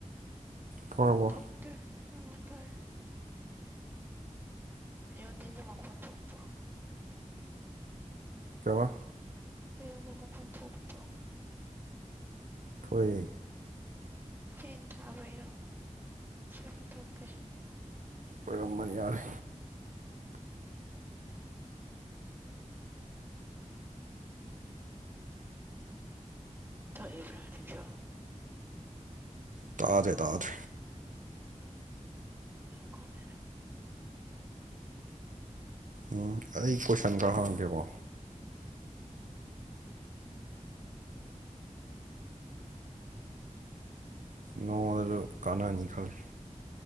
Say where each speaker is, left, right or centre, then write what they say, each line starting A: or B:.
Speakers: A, on the right; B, on the right.
A: ꯐꯔꯕꯣ
B: ꯎꯝ ꯊꯣꯛꯇ꯭ꯔꯦ ꯎꯝ ꯐꯔꯦ ꯑꯩꯉꯣꯟꯗꯒꯤ ꯃꯈꯣꯟ ꯊꯣꯛꯄ꯭ꯔꯣ
A: ꯀꯩꯕ
B: ꯑꯩꯉꯣꯟꯗ ꯃꯈꯣꯟ ꯊꯣꯛꯄ꯭ꯔꯣ꯫
A: ꯊꯣꯛꯏ
B: ꯐꯦꯟ ꯊꯥꯕꯩꯔꯣ ꯐꯦꯟ ꯃꯨꯠꯊꯠꯀꯦ
A: ꯑꯣꯏꯔꯝꯕꯅꯤ ꯌꯥꯔꯦ
B: ꯊꯣꯛꯐꯕꯔꯥ ꯍꯧꯖꯤꯛꯁꯨ
A: ꯇꯥꯗꯦ ꯇꯥꯗꯦ
B: ꯀꯣꯅ
A: ꯎꯝ ꯑꯩ ꯀꯣꯏꯁꯟꯗ ꯈꯔ ꯍꯥꯡꯉꯛꯀꯦꯀꯣ ꯅꯣꯡꯗ ꯀꯥꯅꯅꯤ ꯈꯜꯂꯦ